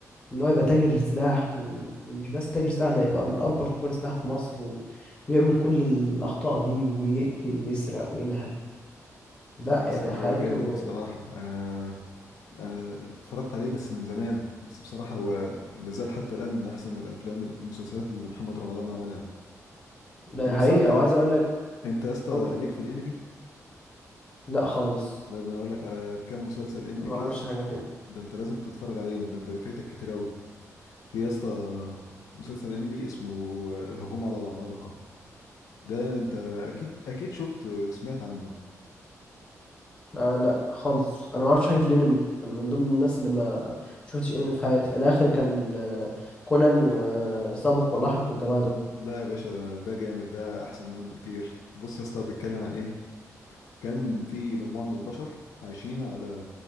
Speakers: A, on the left (about 15°); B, on the left (about 90°).
A: ان هو يبقى تاجر سلاح و... ومش بس تاجر سلاح ده يبقى من اكبر تجار السلاح في مصر و... ويعمل كل الاخطاء دي ويقتل ويسرق وينهب لا
B: اه يا اسطى
A: يعني
B: هو
A: حياته
B: جامد بصراحة انا انا اتفرجت عليه بس من زمان بس بصراحه هو لازال حتى الان من احسن الافلام المسلسلات اللي محمد رمضان عملها
A: ده
B: طب
A: حقيقه
B: اصلا انت
A: وعايز اقول لك
B: انت يا اسطى
A: قول يا حبيبي.
B: ليك في الانمي
A: لا خالص
B: لا ده انا اقول لك على كام مسلسل انمي
A: ما
B: كده
A: اعرفش حاجه فيه
B: ده انت لازم تتفرج عليهم ده انت يبقى فايتك كتير قوي في يا اسطى مسلسل انمي اسمه الهجوم على العمالقه ده انت اكيد اكيد شفت سمعت عنه
A: آه لا خالص انا ما اعرفش حاجه في الانمي انا من ضمن الناس اللي ما شفتش انمي في حياتي انا اخر كان آه، كونان وسابق ولاحق والجماعه دول
B: لا يا باشا ده, ده جامد ده احسن منهم بكتير بص يا اسطى بيتكلم عن ايه كان في مجموعة من البشر عايشين على